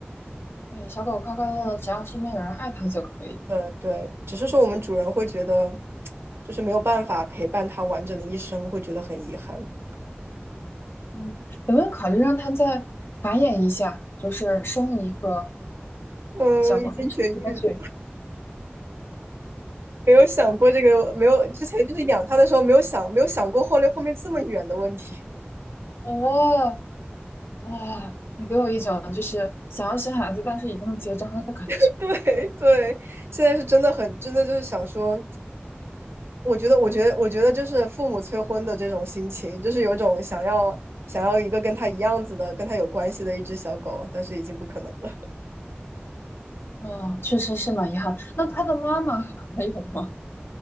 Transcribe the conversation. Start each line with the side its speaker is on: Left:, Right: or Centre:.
Left: 对，小狗快快乐乐，只要身边有人爱它就可以。
Right: 对对，只是说我们主人会觉得，就是没有办法陪伴它完整的一生，会觉得很遗憾。
Left: 嗯，有没有考虑让它再繁衍一下，就是生一个
Right: 嗯，
Left: 小狗，
Right: 已经绝育了
Left: 还是应该去？
Right: 没有想过这个，没有之前就是养它的时候没有想没有想过后来后面这么远的问题。
Left: 哦，啊，你给我一种就是想要生孩子，但是已经结扎了的感觉。
Right: <laughs> 对对，现在是真的很，真的就是想说，我觉得，我觉得，我觉得就是父母催婚的这种心情，就是有种想要想要一个跟他一样子的、跟他有关系的一只小狗，但是已经不可能了，
Left: 嗯，确实是蛮遗憾。那它的妈妈还有吗？